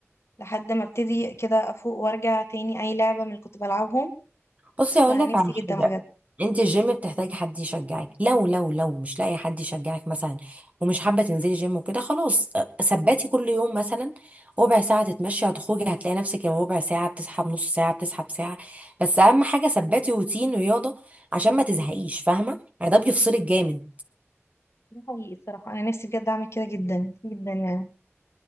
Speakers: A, on the left; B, on the right.
A: لحد ما ابتدي كده افوق وارجع تاني اي لعبة من اللي كنت بلعبهم
B: بصي هقول
A: فنفسي
B: لك على
A: جدا
B: حاجه
A: بجد
B: انت الجيم بتحتاجي حد يشجعك لو لو لو مش لاقي حد يشجعك مثلا ومش حابه تنزلي جيم وكده خلاص أه، ثبتي كل يوم مثلا ربع ساعه تتمشي هتخرجي هتلاقي نفسك يا ربع ساعه بتسحب نص ساعه بتسحب ساعه بس اهم حاجه ثبتي روتين رياضه عشان ما تزهقيش فاهمه يعني ده بيفصلك جامد
A: ده حقيقي الصراحة انا نفسي بجد اعمل كده جدا جدا يعني